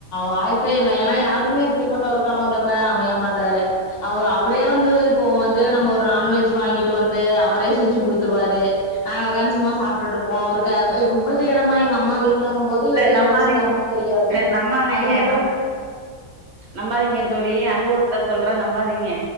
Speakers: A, on the left; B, on the right.
A: வாய்ப்பே இல்ல ஏனா யாருக்குமே இப்டி பட்ட ஒரு கணவர் வந்து அமைய மாட்டாரு அவ அவரே வந்து இப்போ வந்து நம்ப ஒரு நான்வெஜ் வாங்கிட்டு வந்து அவரே செஞ்சு கொடுத்துருவாரு அ காந்த் சும்மா சாப்ட்டுட்டு இருப்போம் அவருக் அ இப்ப புது எடமா எங்க அம்மா வீட் ங்கும் போது
B: இல்ல
A: எது எங்க
B: நம்பாதீங்க
A: வச்சிருக்காங்கன் தெரியாது
B: நம்பாதீங்க
A: அது மட்டும்
B: நம் நம்பாதீங்க தோழி அனுபவ பட் சொல்ற நம்பாதீங்க